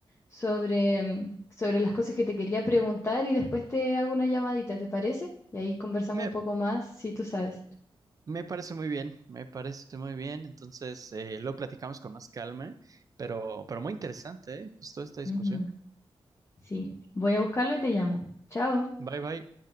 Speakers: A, on the left; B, on the right.
A: sobre sobre las cosas que te quería preguntar y después te hago una llamadita, ¿te parece? Y ahí conversamos
B: Me,
A: un poco más, si tú sabes.
B: me parece muy bien, me parece muy bien. Entonces, eh, lo platicamos con más calma, pero, pero muy interesante, ¿eh? Justo esta discusión.
A: Ujú, Sí, voy a buscarlo y te llamo. Chao.
B: Bye bye.